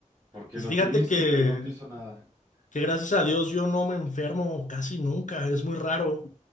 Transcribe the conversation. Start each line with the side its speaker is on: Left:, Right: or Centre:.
Right: porque
Left: Fíjate
Right: lo tuviste,
Left: que,
Right: pero no te hizo nada.
Left: que gracias a Dios yo no me enfermo casi nunca, es muy raro.